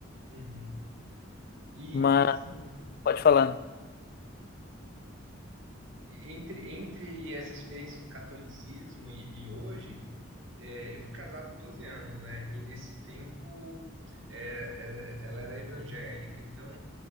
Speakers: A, on the right; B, on the left.
A: Uhum. E,
B: Mas
A: assim,
B: pode falar.
A: entre, entre essa experiência do catolicismo e, e hoje, é, eu fui casado 12 anos, né? E nesse tempo, é, ela, ela era evangélica, então